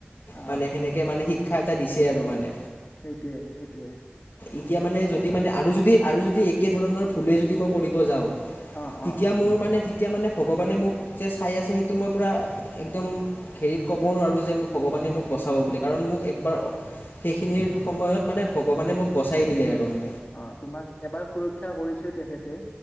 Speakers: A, on the left (about 45°); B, on the left (about 60°).
A: অ
B: মানে সেনেকে মানে শিক্ষা এটা দিছে আৰু মানে
A: সেইটোৱে সেইটোৱে
B: এতিয়া মানে যদি
A: মোৰ
B: মানে আৰু যদি আৰু যদি একে ধৰণৰ ভুলে যদি মই কৰিব যাওঁ
A: অ
B: তেতিয়া
A: অ
B: মোৰ মানে তেতিয়া মানে ভগৱানে মোক যে চাই আছে সেইটো মই পুৰা একদম হেৰিত ক'ব নোৱাৰোঁ যে ভগৱানে মোক বচাব বুলি কাৰণ মোক একবাৰ সেইখিনি সময়ত মানে ভগৱানে মোক বচাই দিলে আৰু মানে
A: অ তোমাক এবাৰ সুৰক্ষা কৰিছে তেখেতে